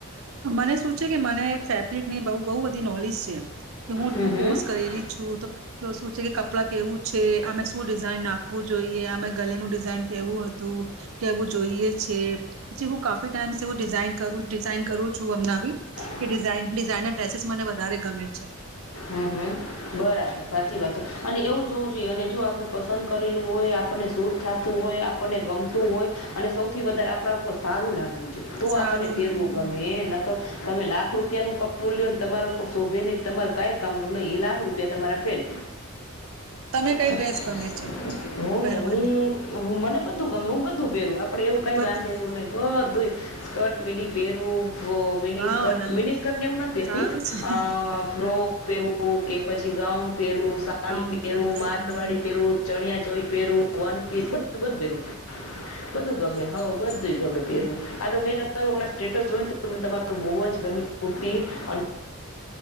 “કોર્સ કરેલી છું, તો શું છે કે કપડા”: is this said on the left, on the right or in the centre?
Right